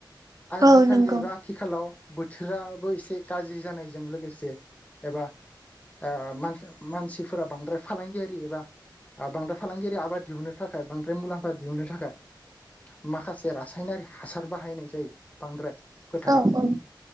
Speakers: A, on the left; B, on the right.
A: आजिखालि
B: औ नंगौ
A: बा आथिखालाव बोथोराबो एसे गाज्रि जानायजों लोगोसे एबा ओ मान-मानसिफोरा बांद्राय फालांगियारि एबा ओ बांद्राय फालांगयारि आबाद दिहुननो थाखाय बांद्राय मुलामफ दिहुननो थाखाय माखासे रासायनारि हासार बाहायनाय जायो। बांद्राय फोथाराव
B: औ औ